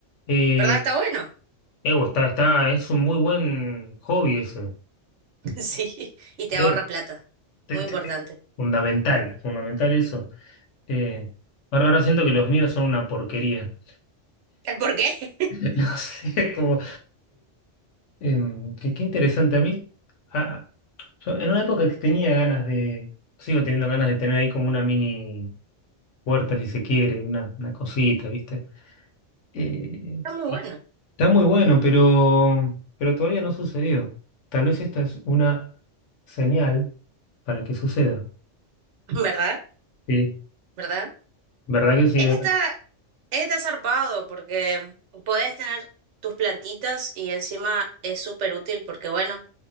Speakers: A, on the left (about 75°); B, on the right (about 75°).
A: Eh,
B: ¿Verdad? Está bueno.
A: Evo, está, está, es un muy buen hobby ese.
B: <laughs> Sí, y te ahorra
A: Eh,
B: plata.
A: te-
B: Muy
A: te-
B: importante.
A: te- Fundamental, fundamental eso. Eh, ahora, ahora siento que los míos son una porquería.
B: ¿Por qué? <laughs>
A: <laughs> No sé, como... Em, qué, qué interesante a mí. ah, yo en una época que tenía ganas de, sigo teniendo ganas de tener ahí como una mini puerta, si se quiere, una, una cosita, ¿viste? Eh,
B: Está muy bueno,
A: está muy bueno, pero, pero todavía no sucedió. Tal vez esta es una señal para que suceda.
B: ¿verdad?
A: Sí,
B: ¿Verdad?
A: ¿verdad que sí?
B: Está,
A: ¿verdad?
B: está zarpado porque podés tener tus plantitas y encima es súper útil porque, bueno,